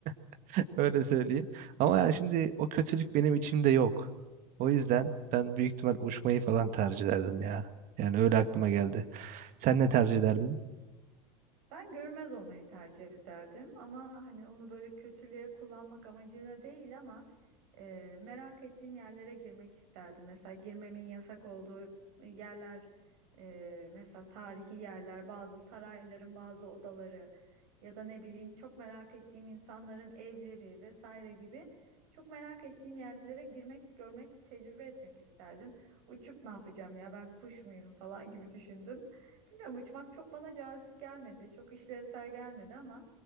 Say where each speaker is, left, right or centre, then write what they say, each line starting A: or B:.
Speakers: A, on the right; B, on the right.
A: <laughs> Öyle söyleyeyim. Ama ya şimdi o kötülük benim içimde yok. O yüzden ben büyük ihtimal uçmayı falan tercih ederdim ya. Yani öyle aklıma geldi. Sen ne tercih ederdin?
B: Ben görünmez olmayı tercih ederdim ama hani onu böyle kötülüğe kullanmak amacıyla değil ama e, merak ettiğim yerlere girmek isterdim. Mesela girmemin yasak olduğu yerler, e, mesela tarihi yerler, bazı sarayların bazı odaları ya da ne bileyim çok merak ettiğim insanların evleri vesaire gibi çok merak ettiğim yerlere girmek, görmek, tecrübe etmek isterdim. Uçup ne yapacağım ya ben kuş muyum falan gibi düşündüm. Bilmiyorum uçmak çok bana cazip gelmedi. Çok işlevsel gelmedi ama